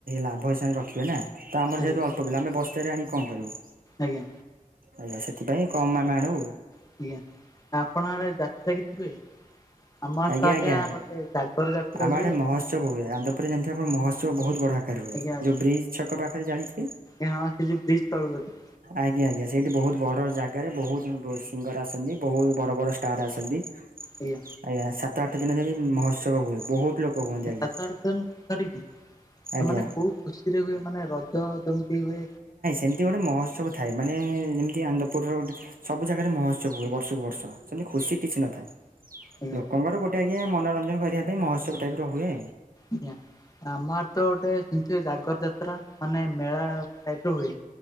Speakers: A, on the right (about 85°); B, on the left (about 25°).
A: ଲାଭ ହିସାବରେ ରଖିବେ ନା ତ ଆମର
B: ଆଜ୍ଞା
A: ଯେହେତୁ ଅଳ୍ପ ପିଲା ଆମେ ବସ୍ତାରେ ଆଣି କଣ କରିବୁ
B: ଆଜ୍ଞା,
A: ଆଜ୍ଞା ସେଥିପାଇଁ କମ ମାମେ ଆଣୁ,
B: ଆଜ୍ଞା ଆପଣଙ୍କ ଆଡେ ଯାତ୍ରା କିଛି ହୁଏ। ଆମ ଆଡେ
A: ଆଜ୍ଞା
B: ତ
A: ଆଜ୍ଞା
B: ଗୋଟେ ଜାଗର ଯାତ୍ରା
A: ଆମ
B: ହୁଏ।
A: ଆଡ଼େ ମହତ୍ସବ ହୁଏ ଆନ୍ଦ୍ରପୁରରେ ଜାଣିଥିବେ ଆପଣ ମହୋତ୍ସବ ବହୁତ ବଢ଼ା ପାଖରେ ହୁଏ
B: ଆଜ୍ଞା ଆଜ୍ଞା
A: ଯେଉଁ ବ୍ରିଜ୍ ଛକ ପାଖରେ ଜାଣିଥିବେ
B: ଏ ହଁ ସେ ଯେଉ ବ୍ରିଜ ତଳକୁ ଅଛି
A: ଆଜ୍ଞା ଆଜ୍ଞା ସେଇଠି ବହୁତ ବଡ଼ ଜାଗାରେ ବହୁତ ସିଙ୍ଗର ଆସନ୍ତି ବହୁତ ବଡ଼ ବଡ଼ ଷ୍ଟାର୍ ଆସନ୍ତି
B: ଆଜ୍ଞା!
A: ଆଜ୍ଞା ସାତ ଆଠ ଦିନ ଯାଏ ମହୋତ୍ସବ ହୁଏ ବହୁତ ଲୋକ ହୁଅନ୍ତି
B: ସାତ
A: ଆଜ୍ଞା
B: ଆଠ ଦିନ ଧରି କି ସେମାନେ
A: ଆଜ୍ଞା।
B: କଉ ଖୁସିରେ ହୁଏ ମାନେ ରଜ ଯେମିତି ହୁଏ
A: ଏମିତି ଗୋଟେ ମହୋତ୍ସବ ଥାଏ ମାନେ ଯେମିତି ଆନ୍ଦ୍ରପୁରର ଗୋଟେ ସବୁ ଜାଗାରେ ମହୋତ୍ସବ ହୁଏ ବର୍ଷକୁ ବର୍ଷ ସେମିତି ଖୁସି କିଛି ନଥାଏ
B: ଆଜ୍ଞା
A: ଲୋକଙ୍କର ଗୋଟେ ଆଜ୍ଞା ମନୋରଞ୍ଜନ କରିବା ପାଇଁ ମହୋତ୍ସବ ଟାଇପରେ ହୁଏ,
B: ଆଜ୍ଞା ଆମର ତ ଗୋଟେ ସେମିତି ଜାଗର ଯାତ୍ରା ମାନେ ମେଳା ଟାଇପ ର ହୁଏ